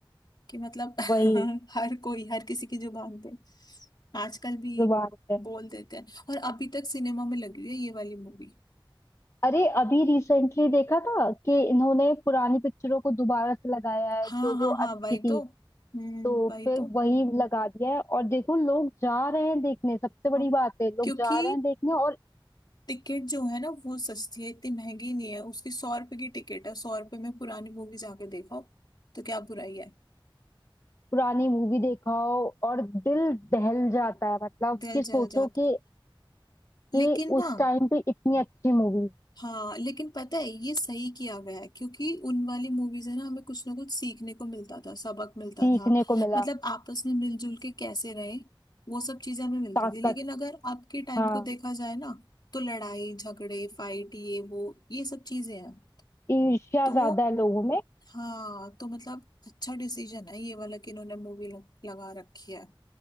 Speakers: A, on the left; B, on the left.
A: कि मतलब <laughs>
B: वही
A: हर कोई हर किसी की जुबान पे आजकल भी
B: जुबान पे
A: बोल देते हैं और अभी तक सिनेमा में लगी हुई है ये वाली मूवी
B: अरे अभी रिसेंटली देखा था कि इन्होंने पुरानी पिक्चरों को दोबारा से लगाया है
A: हाँ
B: जो
A: हाँ
B: जो
A: हाँ
B: अच्छी
A: वही
B: थी
A: तो हम्म
B: तो
A: वही
B: फिर
A: तो
B: वही लगा दिया है और देखो लोग जा रहे हैं देखने सबसे बड़ी
A: हाँ
B: बात है लोग
A: क्योंकि
B: जा रहे हैं देखने और
A: टिकट जो है ना वो सस्ती है इतनी महंगी नहीं है उसकी सौ रुपए की टिकट है सौ रुपए में पुरानी मूवी जाके देखो तो क्या बुराई है
B: पुरानी मूवी देखाओ और दिल दहल जाता है मतलब
A: दिल
B: कि सोचो
A: जल जाता
B: कि
A: है।
B: कि
A: लेकिन ना
B: उस टाइम पे इतनी अच्छी मूवी
A: हाँ लेकिन पता है ये सही किया गया है क्योंकि उन वाली मूवीज है ना हमें कुछ ना कुछ सीखने को मिलता था सबक मिलता
B: सीखने
A: था
B: को मिला
A: मतलब आपस में मिलजुल के कैसे रहे वो सब चीजें हमें मिलती
B: ताकत
A: थी लेकिन अगर अब के टाइम
B: हाँ
A: को देखा जाए ना तो लड़ाई झगड़े फाइट ये वो ये सब चीजें हैं
B: ईर्ष्या
A: तो
B: ज्यादा है लोगों में
A: हाँ तो मतलब अच्छा डिसीजन है ये वाला कि इन्होंने मूवी लगा रखी है